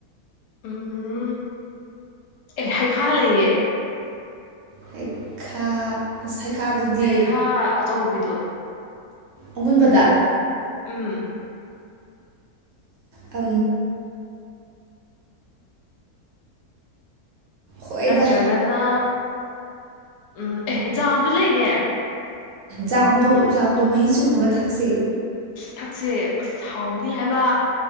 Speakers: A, on the left; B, on the right.
A: ꯎꯝ ꯑꯦ ꯍꯩꯈꯥ ꯂꯩꯌꯦ
B: ꯇꯩ ꯈꯥ ꯁꯩꯈꯥꯗꯨꯗꯤ
A: ꯍꯩꯈꯥ ꯑꯆꯧꯕꯤꯗꯣ
B: ꯑꯃꯨꯟꯕꯗ
A: ꯎꯝ
B: ꯑ ꯍꯣꯏꯗ
A: ꯅꯠꯇ꯭ꯔꯒꯅ ꯎꯝ ꯑꯦ ꯖꯥꯝꯁꯨ ꯂꯩꯅꯦ
B: ꯖꯥꯝꯗꯨ ꯖꯥꯝꯗꯨ ꯃꯍꯤ ꯆꯨꯝꯃꯒ ꯊꯛꯁꯦ
A: ꯊꯛꯁꯦ ꯁꯥꯎꯅꯤ ꯍꯥꯏꯕ